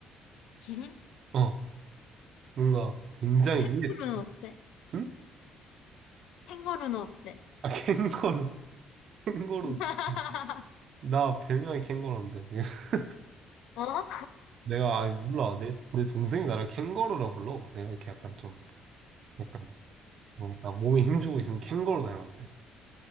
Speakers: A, on the left; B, on the right.
A: 기린?
B: 어 뭔가 굉장히
A: 캥거루는
B: 위에
A: 어때?
B: 응?
A: 캥거루는 어때?
B: 아 <laughs> 캥거루 캥거루
A: <laughs>
B: 좋지. 나 별명이 캥거루인데 <laughs>
A: 어?
B: 내가 아니 몰라 내, 내 동생이 나를 캥거루라 불러. 내가 이렇게 약간 좀 약간 뭔가 몸에 힘주고 있으면 캥거루 닮았대.